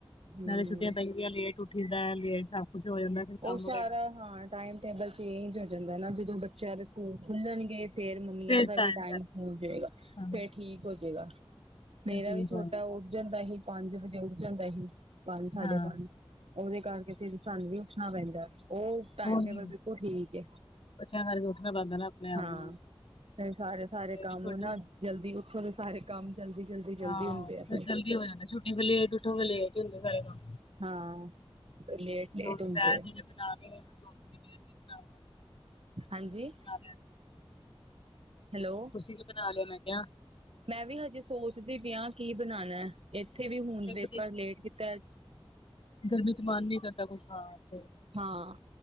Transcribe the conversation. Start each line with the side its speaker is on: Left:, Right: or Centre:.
Right: ਹੂੰ।
Left: ਨਾਲੇ ਛੁੱਟੀਆਂ ਪੈਂਦੀਆਂ, ਲੇਟ ਉੱਠੀ ਦਾ ਐ, ਲੇਟ ਸਭ ਕੁੱਛ ਹੋ ਜਾਂਦਾ। ਫਿਰ
Right: ਉਹ
Left: ਕੰਮ
Right: ਸਾਰਾ
Left: ਵਗੈਰਾ
Right: ਹਾਂ ਟਾਈਮ ਟੇਬਲ ਚੇਂਜ ਹੋ ਜਾਂਦਾ ਨਾ, ਜਦੋਂ ਬੱਚਿਆਂ ਦੇ ਸਕੂਲ ਖੁੱਲਣਗੇ ਫੇਰ ਮੰਮੀਆਂ
Left: ਫਿਰ
Right: ਦਾ ਵੀ ਟਾਈਮ
Left: ਸਿਰ
Right: ਹੋ ਜਾਏਗਾ,
Left: ਹਾਂ
Right: ਫੇਰ ਠੀਕ ਹੋਜੇਗਾ ਮੇਰਾ
Left: ਕੰਫਿਊਜ਼
Right: ਵੀ ਛੋਟਾ
Left: ਹੋਏਗਾ
Right: ਉੱਠ ਜਾਂਦਾ ਸੀ, ਪੰਜ ਵਜੇ ਉੱਠ ਜਾਂਦਾ ਸੀ, ਪੰਜ ਸਾਢੇ
Left: ਹਾਂ
Right: ਪੰਜ ਉਹਦੇ ਕਰਕੇ ਫਿਰ ਸਾਨੂੰ ਵੀ ਉੱਠਣਾ ਪੈਂਦਾ, ਉਹ ਟਾਈਮ
Left: ਹੋਰ
Right: ਟੇਬਲ
Left: ਕੀ
Right: ਬਿਲਕੁਲ ਠੀਕ ਏ,
Left: ਬੱਚਿਆਂ ਕਰਕੇ ਉੱਠਣਾ ਪੈਂਦਾ ਨਾ ਆਪਣੇ ਆਪ
Right: ਹਾਂ।
Left: ਨੂੰ ਵੀ
Right: ਨਹੀਂ ਸਾਰੇ ਸਾਰੇ
Left: ਮੇਰੀ
Right: ਕੰਮ
Left: ਛੋਟੂ
Right: ਔ ਨਾ, ਜਲਦੀ ਉੱਠਨ ਦੇ ਸਾਰੇ ਕੰਮ ਜਲਦੀ ਜਲਦੀ ਜਲਦੀ
Left: ਹਾਂ
Right: ਹੁੰਦੇ ਆ
Left: ਫੇਰ
Right: ਫਿਰ
Left: ਜਲਦੀ ਹੋ ਜਾਂਣਾ, ਛੁੱਟੀ ਫੇਰ ਲੇਟ ਉੱਠੋ, ਫੇਰ ਲੇਟ ਹੀ ਹੁੰਦੇ ਸਾਰੇ ਕਮ
Right: ਹਾਂ ਲੇਟ ਲੇਟ
Left: ਦ
Right: ਹੁੰਦੇ
Left: ਦਪਹਿਰ
Right: ਆ
Left: ਜੇ ਬਣਾਗੀ ਐ, ਹੁਣ ਸੋਚਦੀ ਪਈ ਆਂ, ਕਿ ਬਣਾਵਾਂ
Right: ਹਾਂਜੀ।
Left: ਤੁਸੀਂ ਕੀ ਬਣਾ ਲਿਆ
Right: ਹੈਲੋ
Left: ਛਿਟ ਬਣਾ ਲੋ, ਮੈਂ ਕਿਹਾ
Right: ਮੈਂ ਵੀ ਹਜੇ ਸੋਚਦੀ ਪਿਆ, ਕੀ ਬਣਾਉਣਾ, ਇੱਥੇ ਵੀ ਹੁਣ ਦੇਖਾਂ
Left: ਇੱਕ ਤੇ
Right: ਲੇਟ ਤੇ
Left: ਗਰਮੀ ਚ ਮਨ ਨੀ ਕਰਦਾ, ਕੁਛ ਖਾਣ ਤੇ।
Right: ਹਾਂ